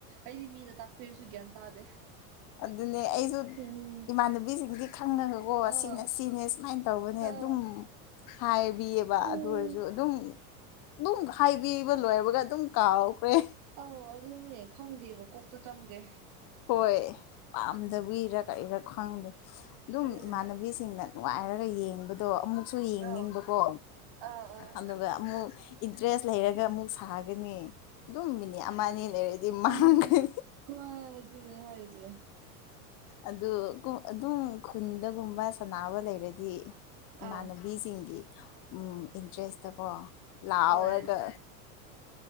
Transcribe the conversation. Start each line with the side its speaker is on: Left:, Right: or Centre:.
Right: ꯑꯩꯗꯤ ꯃꯤꯗ ꯇꯥꯛꯄꯤꯔꯁꯨ ꯒ꯭ꯌꯥꯟ ꯇꯥꯗꯦ
Left: ꯑꯗꯨꯅꯦ ꯑꯩꯁꯨ
Right: ꯎꯝ
Left: ꯏꯃꯥꯟꯅꯕꯤꯁꯤꯡꯗꯤ ꯈꯪꯉꯒꯀꯣ
Right: ꯑꯥ
Left: ꯁꯤꯅꯦ ꯁꯤꯅꯦ ꯁꯨꯃꯥꯏꯅ ꯇꯧꯕꯅꯦ
Right: ꯑꯥ
Left: ꯑꯗꯨꯝ ꯍꯥꯏꯕꯤꯌꯦꯕ
Right: ꯎꯝ
Left: ꯑꯗꯨ ꯑꯣꯏꯔꯁꯨ ꯑꯗꯨꯝ ꯑꯗꯨꯝ ꯍꯥꯏꯕꯤꯕ ꯂꯣꯏꯔꯕꯒ ꯑꯗꯨꯝ ꯀꯥꯎꯈ꯭ꯔꯦ
Right: ꯑꯥꯎ ꯑꯗꯨꯅꯦ ꯈꯪꯗꯦꯕ ꯀꯣꯛꯇ ꯆꯪꯗꯦ
Left: ꯍꯣꯏ ꯄꯥꯝꯗ ꯎꯏꯔ ꯀꯏꯔꯥ ꯈꯪꯗꯦ ꯑꯗꯨꯝ
Right: ꯎꯝ
Left: ꯏꯃꯥꯟꯅꯕꯤꯁꯤꯡꯅ ꯅꯨꯡꯉꯥꯏꯔꯒ ꯌꯦꯡꯕꯗꯣ ꯑꯃꯨꯛꯁꯨ ꯌꯦꯡꯅꯤꯡꯕꯀꯣ
Right: ꯑꯧ ꯑꯥ ꯑꯥ
Left: ꯑꯗꯨꯒ ꯑꯃꯨꯛ ꯏꯟꯇꯔꯦꯁ ꯂꯩꯔꯒ ꯑꯃꯨꯛ ꯁꯥꯒꯅꯤ ꯑꯗꯨꯝ ꯃꯤꯅꯤꯠ ꯑꯃ ꯑꯅꯤ ꯂꯩꯔꯗꯤ ꯃꯥꯡꯈꯦ
Right: ꯎꯝ ꯍꯣꯏ ꯑꯗꯨꯅꯦ ꯍꯥꯏꯁꯦ
Left: ꯑꯗꯨ ꯑꯗꯨꯝ ꯈꯨꯟꯗꯒꯨꯝꯕ ꯁꯥꯟꯅꯕ ꯂꯩꯔꯗꯤ ꯏꯃꯥꯟꯅꯕꯤ
Right: ꯑꯥ
Left: ꯕꯤꯁꯤꯡꯒꯤ ꯎ ꯏꯟꯇꯔꯦꯁꯇ ꯀꯣ ꯂꯥꯎꯔꯒ
Right: ꯍꯣꯏ